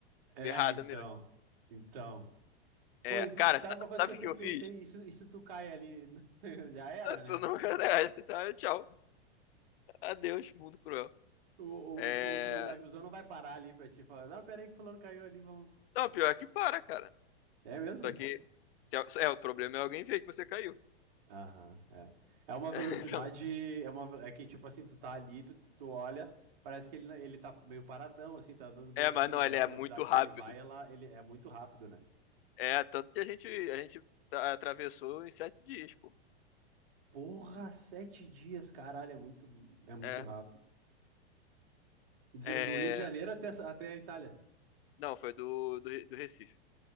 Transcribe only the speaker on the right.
É,
então.
Então,
Pô, e t-
sabe uma coisa
que eu sempre
pensei? Isso, isso tu cai ali, <laughs> já era,
né?
O, o,
o, o naviozão não vai parar ali pra ti e falar, não, pera aí que fulano caiu ali, vamos.
É mesmo?
Aham, é. É uma velocidade,
é uma, ve- é que tipo assim, tu tá ali, tu, tu olha, parece que ele, não- ele tá meio paradão, assim, tá andando bem
lentinho,
mas
a
velocidade
que ele vai, ela, ele é muito rápido, né?
Porra, sete dias, caralho, é muito, é muito
rápido. De-
do Rio de Janeiro até, essa- até a Itália.